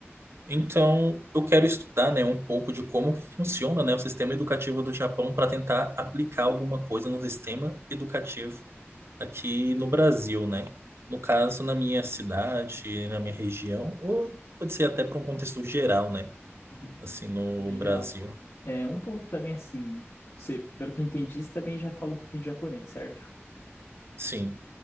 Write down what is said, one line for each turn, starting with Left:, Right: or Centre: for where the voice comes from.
Right: então eu quero estudar, né, um pouco de como funciona, né, o sistema educativo do Japão para tentar aplicar alguma coisa no sistema educativo aqui no Brasil, né? No caso, na minha cidade, na minha região, ou pode ser até para um contexto geral, né?
Left: Uhum.
Right: assim, no
Left: Bem
Right: Brasil.
Left: legal. É, um ponto também assim, você, pelo que eu entendi, você também já fala um pouquinho de japonês, certo?
Right: Sim.